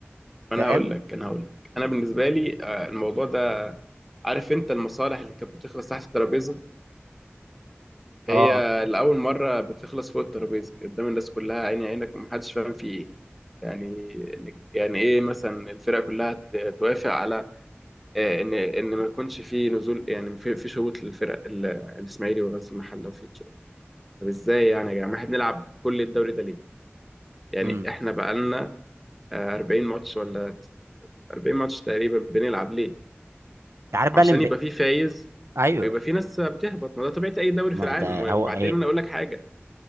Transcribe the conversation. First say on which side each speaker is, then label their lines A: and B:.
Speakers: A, in the centre; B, on the right.
A: انا
B: فاهم
A: هقول لك انا هقول لك انا بالنسبه لي آه، الموضوع ده عارف انت المصالح اللي كانت بتخلص تحت الترابيزه هي
B: أه
A: لاول مره بتخلص فوق الترابيزه قدام الناس كلها عيني عينك ومحدش فاهم في ايه يعني يعني ايه مثلا الفرقه كلها ت- توافق على آه، ان ان ما يكونش في نزول يعني في في شروط للفرق ال- الاسماعيلي وغزل المحله وفيوتشر طب ازاي يعني يا جماعه احنا بنلعب كل الدوري ده ليه يعني
B: أمم
A: احنا بقالنا آه، 40 ماتش ولا 40 ماتش تقريبا بنلعب ليه
B: عارف بقى
A: عشان
B: اللي مضايق-
A: يبقى فيه فايز
B: أيوه
A: ويبقى فيه ناس بتهبط ما ده طبيعة أي دوري
B: ما
A: في العالم
B: ده
A: و-
B: هو
A: وبعدين
B: إيه
A: أنا أقول لك حاجة